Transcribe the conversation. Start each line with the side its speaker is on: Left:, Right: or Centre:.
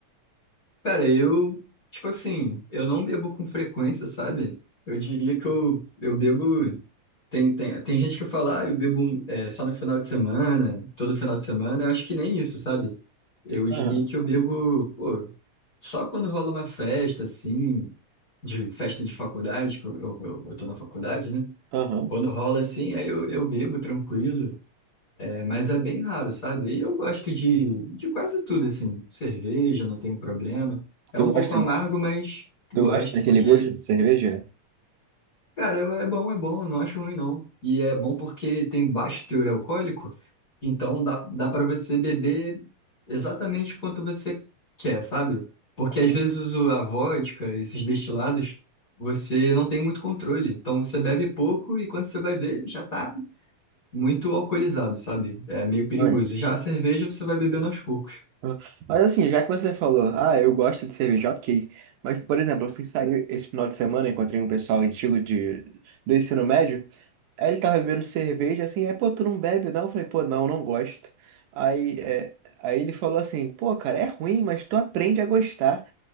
Left: Cara, eu, tipo assim, eu não bebo com frequência, sabe? Eu diria que eu, eu bebo. Tem, tem, tem gente que fala, ah, eu bebo é, só no final de semana, todo final de semana. Eu acho que nem isso, sabe? Eu
Right: Aham,
Left: diria que eu bebo, pô, só quando rola uma festa, assim, de festa de faculdade, que eu, eu, eu eu tô na faculdade, né?
Right: aham.
Left: Quando rola assim, aí eu, eu bebo tranquilo. É, mas é bem raro, sabe? E eu gosto de, de quase tudo, assim. Cerveja, não tenho problema. É
Right: Tu
Left: um pouco
Right: gosta,
Left: amargo, mas gosto,
Right: tu gosta daquele
Left: porque,
Right: gosto de cerveja?
Left: cara, é é bom, é bom, não acho ruim, não. E é bom porque tem baixo teor alcoólico, então dá, dá para você beber exatamente quanto você quer, sabe? Porque às
Right: Aham.
Left: vezes o- a vodka, esses destilados, você não tem muito controle. Então você bebe pouco e quando você vai ver, já tá muito alcoolizado, sabe? É meio perigoso.
Right: Exatamente.
Left: Já a cerveja você vai bebendo aos poucos.
Right: Aham. Mas assim, já que você falou, ah, eu gosto de cerveja, ok. Mas, por exemplo, eu fui sair esse final de semana, encontrei um pessoal antigo de, do ensino médio. Aí ele tava bebendo cerveja, assim, aí, pô, tu não bebe não? Eu falei, pô, não, não gosto. Aí, é, aí ele falou assim, pô, cara, é ruim, mas tu aprende a gostar.